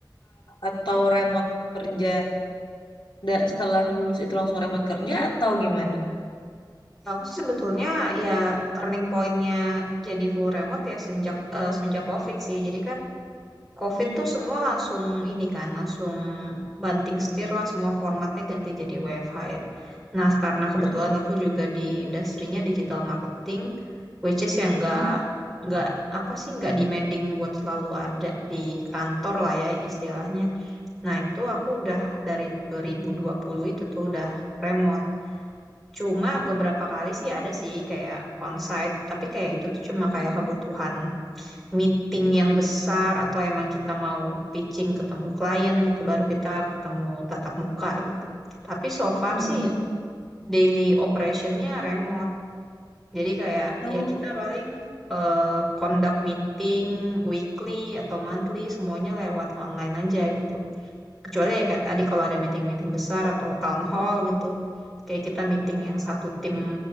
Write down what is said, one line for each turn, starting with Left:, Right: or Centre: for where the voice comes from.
Left: atau remote kerja da- setelah lulus itu langsung remote kerja atau gimana?
Centre: Kalau Aku sih sebetulnya ya turning pointnya jadi full remote ya sejak eh, semenjak COVID sih. Jadi kan COVID
Left: Hmm.
Centre: tuh semua langsung ini kan, langsung banting setir lah semua formatnya ganti jadi WFH ya. Nah, karena kebetulan
Left: Mm-mm.
Centre: aku juga di industrinya digital marketing, which is yang
Left: Mm-mm.
Centre: nggak nggak apa sih nggak demanding buat selalu ada di kantor lah ya istilahnya. Nah, itu aku udah dari 2020 itu tuh udah remote. Cuma beberapa kali sih ada sih kayak onsite, tapi kayak itu tuh cuma kayak
Left: Mm-mm.
Centre: kebutuhan meeting yang besar atau emang kita mau pitching ketemu klien itu baru kita ketemu tatap muka gitu. Tapi so far
Left: Mm-mm.
Centre: sih ya daily operationnya remote. Jadi kayak
Left: Oh,
Centre: ya kita paling eh, conduct meeting weekly atau monthly semuanya lewat online aja gitu. Kecuali ya kayak tadi kalau ada meeting-meeting besar atau town hall gitu. Kayak kita meeting yang satu tim